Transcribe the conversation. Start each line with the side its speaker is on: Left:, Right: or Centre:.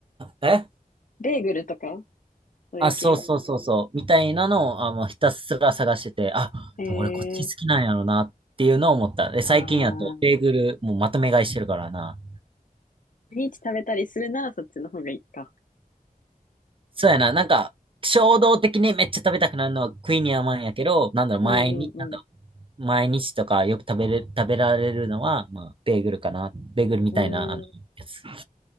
Right: え
Left: ベーグルとかそういう系
Right: あ、そうそうそうそう、みたいなのを、あ、もうひたすら探してて、あ、
Left: へえ。
Right: でも俺こっち好きなんやろなっていうのを思った。で、
Left: あー。
Right: 最近やと、ベーグル、もうまとめ買いしてるからな。
Left: 毎日食べたりするならそっちの方がいいか。
Right: そうやな、なんか、衝動的にめっちゃ食べたくなるのはクイニーアマンやけど、なんだろう、
Left: うんうんう
Right: 毎日、なんだろう、毎日とかよく食べれ、食べられるのは、まあ、ベーグルかな。ベーグルみたいな、
Left: ん。
Right: あの、
Left: うーん。
Right: やつ。